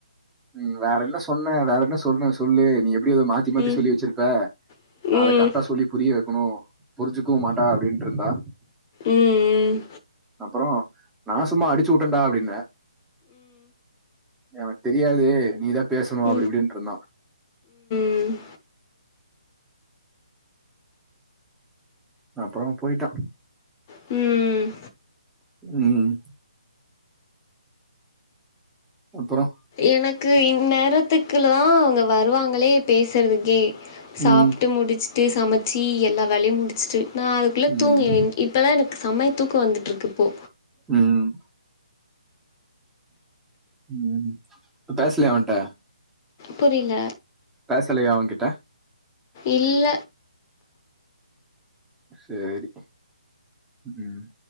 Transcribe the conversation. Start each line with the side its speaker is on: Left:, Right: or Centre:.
Centre: ம் வேற என்ன சொன்ன வேற என்ன சொன்ன சொல்லு நீ எப்டி எதோ மாத்தி மாத்தி
Left: ம்
Centre: சொல்லி வச்சிருப்ப
Left: ம்
Centre: நா அத கரெக்டா சொல்லி புரிய வெக்கனு புரிஞ்சுக்கவு மாட்டா அப்டின்ட்ருந்தா
Left: ம் ம்
Centre: அப்றோ நா சும்மா அடிச்சு வுட்டன்டா அப்டின்னே எனக்தெரியாது நீதா பேசனு
Left: ம்
Centre: அப்டி இப்டின்ட்ருந்தா
Left: ம்
Centre: அப்றோ‌ போய்ட்டா
Left: ம்
Centre: ம் அப்பறோ
Left: எனக்கு இந்நேரத்துக்குலா அவுங்க வருவாங்ளே பேசறதுக்கே சாப்ட்டு
Centre: ம்
Left: முடிச்சுட்டு சமச்சி எல்லா வேலயு முடிச்ட்டு நா அதுக்குள்ள
Centre: ம்
Left: தூங்கிவேன் இப்பல்லா எனக்கு செம்மயா தூக்கோ வந்துட்ருக்குப்போ
Centre: ம் ம் ப்ப பேசலயா அவன்ட்ட
Left: புரில
Centre: பேசலையா அவன்கிட்ட
Left: இல்ல
Centre: சேரி ம்